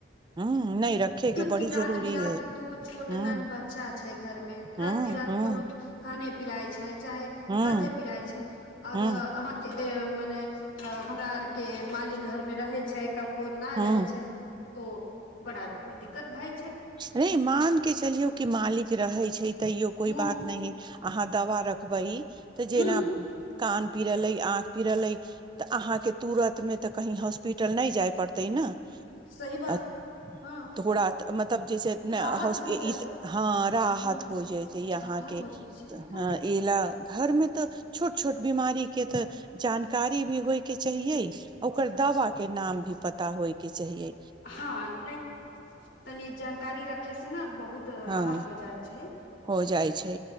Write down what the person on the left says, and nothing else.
कि रात
बिरात
दूगो छोट
नन बच्चा छै घर मे
रात बिरात
कोनो काने पिराय छै चाहे
दाँते पिराय छै और
अहाँ मने हमरा आर के मालिक घर मे रहे छै खोन ना
रहै छै तो बड़ा दिक्कत भइ छै
हँ
हूँ
सही बात
हँ
राहत हो जाइ
ह
राहत
हो जाइ छै तऽ
हाँ नै तनी जानकारी रख खे से न बहुत
राहत हो जाई छै